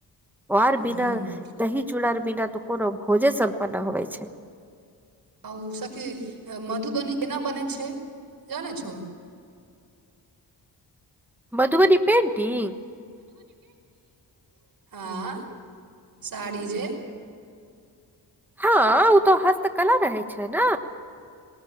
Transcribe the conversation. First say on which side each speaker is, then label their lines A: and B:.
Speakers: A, in the centre; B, on the right.
A: वार
B: हुं,
A: बिना दही चुड़ा आर बिना तऽ कोनो भोजे सम्पन्न न होवय छै
B: आ उ सखी मधुबनी केना बनै छै जानै छो
A: मधुबनी पेंटिंग
B: मधुबनी पेंटिंग हँ साड़ी जे
A: हँ ओ तो हस्तकला रहय छै न